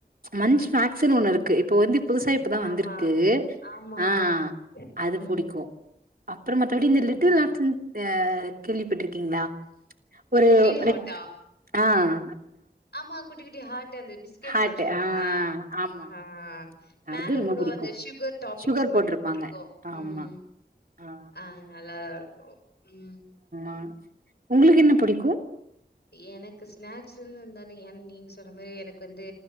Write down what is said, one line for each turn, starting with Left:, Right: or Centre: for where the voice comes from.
Right: மஞ்ச்
Left: ஆ
Right: மேக்ஸ்ன்னு ஒண்ணு இருக்கு ப்போ வந் ப் புதுசா இப்பதா வந்திருக்கு
Left: ஆமா ஆமா
Right: ஆஹ்
Left: ஆமா
Right: அது
Left: ம்
Right: புடிக்கு அப்புறமா இது இந்த லிட்டில்
Left: ம்
Right: ஹார்ட்ஸுனு ஆஹ் கேள்விப்பட்ருக்கீங்களா ஒரு
Left: லிட்டில்
Right: ரெட்
Left: ஹாட்டா
Right: ஆஹ்
Left: ஆமா குட்டி குட்டி ஹார்ட் அந்த பிஸ்கட்
Right: ஹார்ட்
Left: சொல்றீங்ளா
Right: ஆ ஆமா
Left: ஆஹ் மேல
Right: அது ரொம்ப
Left: கூட
Right: புடிக்கும்
Left: அந்த சுகர் டாபிக்ஸ்
Right: சுகர் போட்டிருப்பாங்க
Left: மாரி போட்ருக்கோம்
Right: ஆமா
Left: உம்
Right: ஆ
Left: ஆஹ் நல்லாதா இருக்கும் உம்
Right: அஹ் உங்களுக்கு என்ன பிடிக்கும்
Left: எனக்கு ஸ்நாக்ஸ்ன்னு இருந்தானே ஏன் நீங் சொல்ற மாதிரி எனக்கு வந்து